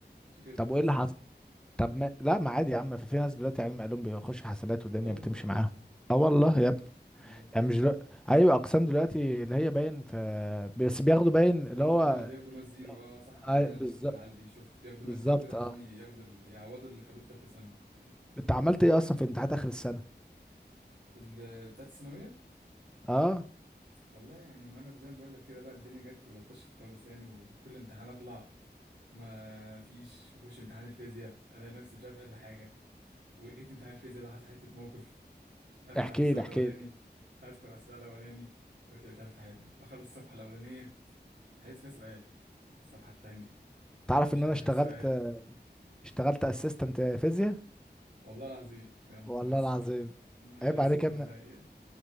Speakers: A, on the right (about 80°); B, in the centre.
A: عشان كده دخلت
B: طب وايه
A: حسابات
B: اللي حصل طب ما... لا ما عادي يا عم في ناس دلوقتي علم علوم بيخش حسابات والدنيا
A: لا والله
B: بتمشي معاهم اه والله
A: امم
B: يا ابني
A: جامد
B: يعني مش دلوقتي... ايوه اقسام دلوقتي اللي هي باين ف بس بياخدوا باين اللي
A: اه
B: هو
A: اه بياخدوا ماس زيرو
B: لا
A: اه صح عندنا
B: اي بالظبط
A: انا شفت العيال دي شفت بياخدوا
B: بالظبط
A: ماس زيرو كده عشان
B: اه
A: ياخدوا ال- يعوضوا اللي خدوه في ثالثه ثانوي أيوة.
B: انت عملت ايه اصلا في امتحانات اخر السنه
A: ال- بتاعت الثانويه
B: اه
A: والله يعني ما انا زي ما بقول لك كده بقى الدنيا جت ولطشت خالص يعني وكل امتحان اطلع ما فيش بخش امتحان الفيزياء الاقي نفسي مش عارف الا حاجه وجيت امتحان الفيزياء ده حصل حته موقف ادخل
B: احكي
A: على السؤال
B: لي
A: الاولاني
B: احكي لي
A: ادخل على السؤال الاولاني يا باشا مش عارف احل اخلص الصفحه الاولانيه حليت فيها سؤال الصفحه التانيه
B: تعرف
A: مش
B: ان
A: عارف
B: انا اشتغلت
A: احل سؤال
B: اشتغلت اسيستنت فيزياء
A: والله العظيم يا نهار
B: والله
A: اسود
B: العظيم
A: يا نهار
B: عيب
A: اسود
B: عليك يا ابني
A: ومنيل